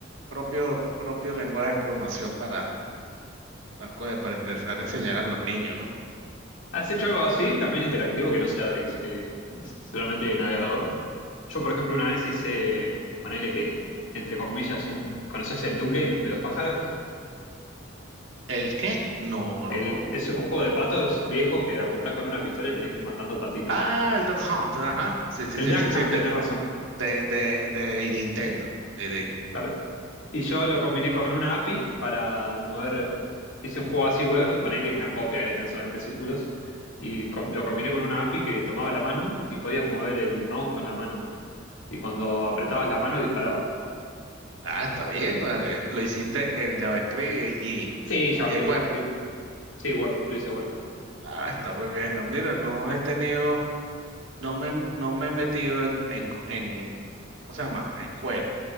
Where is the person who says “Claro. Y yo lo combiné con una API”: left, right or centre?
Left